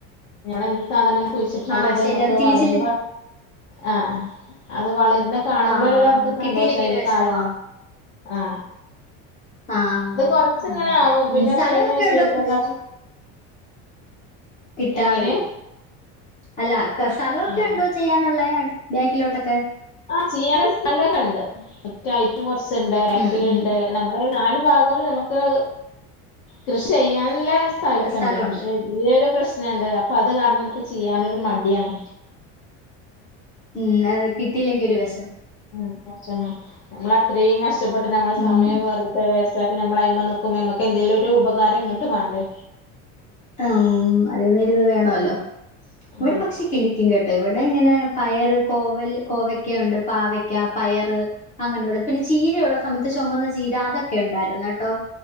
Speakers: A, on the left; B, on the left.
A: ഞമ്മളെന്ത് സാധനങ്ങ കുഴിച്ചിട്ടാലത്
B: ആ ശരി
A: നമ്മക്ക്
B: അത് കിളിച്ചില്
A: വളരുമ്പ ആ അത് വളര്ന്ന കാണുമ്പോളല്ലല്ല
B: ആ
A: നമുക്ക്
B: കിട്ടിയില്ലെങ്കി
A: സന്തോഷയില്
B: ഒരു വിഷമാ
A: കായണ്ട ആ
B: ആ
A: ഇത് കൊറച്ചിങ്ങനെ
B: അങ്ങനെ
A: ആവും
B: ഉം
A: പിന്നെ
B: സ്ഥലമൊക്കെ
A: പഷയിന് സൂര്യപ്രകാശം
B: ഉണ്ടോ കൃഷി- കിട്ടാതെ
A: എങ്ങനെ
B: വരും അല്ല കെ സ്ഥലൊക്കെ
A: ആഹ്
B: ഉണ്ടോ ചെയ്യാനുള്ളെ അടു ബാക്കിലോട്ടൊക്കെ
A: ആ ചെയ്യാനുള്ള സ്ഥലൊക്കെയിണ്ട് മുറ്റായിറ്റും കൊറച്ച്ണ്ട് ബാക്കില്ണ്ട്
B: ഉം ഉം
A: നമ്മള് നാല് ഭാഗം നമ്മക്ക് കൃഷി ചെയ്യാനുള്ള സ്ഥലൊക്കെ
B: സ്ഥലമുണ്ട്
A: ഉണ്ട് പക്ഷേ ഈയൊരു പ്രശ്നണ്ട് അപ്പൊ അത് കാരണം നമ്മക്ക് ചെയ്യാനൊരു മടിയാണ്
B: ഉം അത് കിട്ടിയില്ലെങ്കി ഒരു വെ
A: ഉം വെശമാ നമ്മളത്രയും കഷ്ടപ്പെട്ട് നമ്മളെ
B: ഉം.
A: സമയം വെറു വേസ്റ്റാക്കി നമ്മൾ അയ്മ നിക്കുമ്പോ നമുക്ക് എന്തേലും ഒരു ഉപകാരം ഇങ്ങട്ടും വേണ്ടേ
B: അം അതിന് ഇത് വേണല്ലോ ഇവിടെ
A: ആഹ്
B: പക്ഷെ കിളിക്കും കേട്ടോ ഇവിടെ ഇങ്ങനെ പയറ് കോവൽ കോവക്കുണ്ട് പാവക്ക പയറ് അങ്ങനെയുള്ള പിന്നെ ചീരയുള്ള സമയത്ത് ചുമന്ന ചീര അതൊക്കെ ഉണ്ടായിരുന്നു കേട്ടോ.